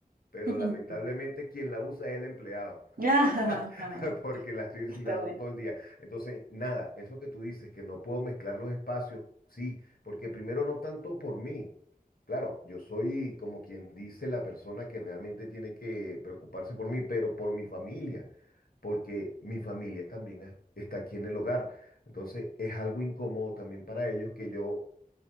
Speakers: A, on the left; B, on the right.
A: pero
B: <laughs>
A: lamentablemente quien la usa es el empleado.
B: <laughs>
A: <laughs> porque la estoy oscilando
B: Está bueno.
A: todo el día. Entonces, nada, eso que tú dices, que no puedo mezclar los espacios, sí, porque primero no tanto por mí. Claro, yo soy como quien dice la persona que realmente tiene que preocuparse por mí, pero por mi familia, porque mi familia también es- está aquí en el hogar. Entonces, es algo incómodo también para ellos que yo